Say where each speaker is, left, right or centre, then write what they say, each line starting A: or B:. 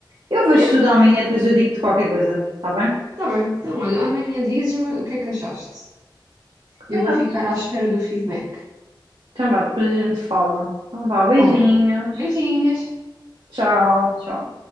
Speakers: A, on the right; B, on the right.
A: eu vejo
B: Yeah,
A: tudo amanhã, depois eu digo-te qualquer coisa, tá bem?
B: tá bem. Então, olha, amanhã dizes-me o que é que achaste.
A: Combinado.
B: Eu vou ficar à espera do feedback.
A: Então vá, depois a gente fala. Então vá, beijinhos.
B: Tá bem. Beijinhos.
A: Tchau, tchau.